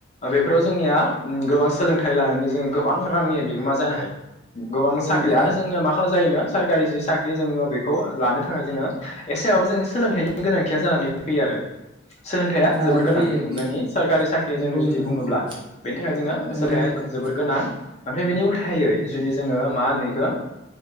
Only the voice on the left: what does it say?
बेफोराव जोंनिया गोबां सोलोंथाइ लानानै जोङो गोबां रांनि बिगोमा जानो हायो। गोबां
साख्रि
आरो जोंनो मा जायोनो सरकारि जि साख्रि जोङो बेखौ लानो थाखाय जोङो एसेबाबो जोंनि सोलोंथाइनि गोनांथिया जानानै फैयो आरो सोलोंथाइया
जोबोर गोनां
जोंनि सरकारि साख्रि
जोंनो जुदि
बुङोब्ला
बेनि थाखाय जोंनो
सोलोंथाया
जोबोर गोनां। ओमफ्राय बेनि उल्थायै जुदि जोङो मा होनो बेखौ